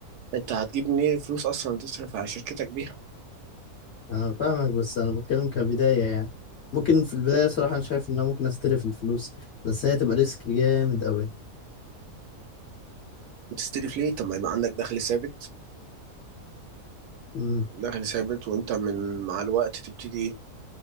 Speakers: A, on the right (about 85°); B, on the left (about 50°).
A: انت هتجيب منين فلوس اصلا تصرف على شركتك بيها
B: انا فاهمك بس انا بتكلم كبداية يعني ممكن في البداية صراحة انا شايف ان انا ممكن استلف الفلوس بس هي تبقى ريسك جامد قوي
A: تستلف ليه طب ما يبقى عندك دخل ثابت
B: امم
A: دخل ثابت وانت من مع الوقت تبتدي